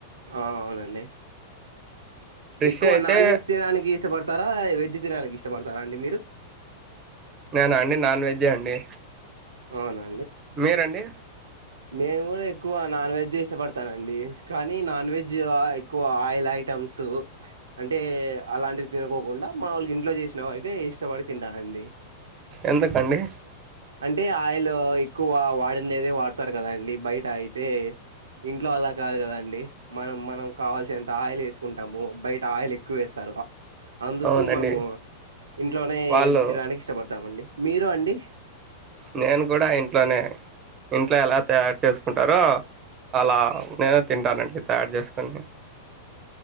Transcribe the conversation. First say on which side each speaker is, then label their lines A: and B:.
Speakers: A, on the right (about 70°); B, on the right (about 30°).
A: ఆ అవునండి
B: ఫిష్
A: ఎక్కువ
B: అయితే
A: నాన్ వెజ్ తినడానికి ఇష్టపడతారా వెజ్ వేజ్ తినడానికి ఇష్టపడతారా అండి మీరు
B: నేనా అండి నాన్వెజే అండి
A: అవునా
B: మీరండి
A: నేను కూడా ఎక్కువ నాన్వెజ్ ఇష్టపడతానండి కానీ నాన్ వెజ్ ఆ ఏ ఎక్కువ ఆయిల్ ఐటమ్స్ అంటే అలాంటివి తనుకోకుండా మాములుగా ఇంట్లో చేసినా అయితే ఇష్ ష్టపడి తింటానండీ
B: ఎందుకండి
A: అన్ అంటే ఆయిల్ ఎక్కువ వాడిండేదే వాడ్ వత్తర్ కదండి బయట అయితే ఇంట్లో అలా కాదు కదండి మనం మనం కావాల్సినంత ఆయిల్ వేసుకుంటాము బయట ఆయిల్ ఎక్కువ ఏస్తరు. అందుకు
B: అవునండి
A: మనము ఇంట్లోనే
B: వాళ్ళు
A: తినడానికి ఇష్టపడతామండి మీరు అండి
B: నేను కూడా ఇంట్లోనే ఇంట్లో ఎలా తయారు చేసుకుంటారో అలా నేను తింటానండి తయారు చేసుకొని తిన్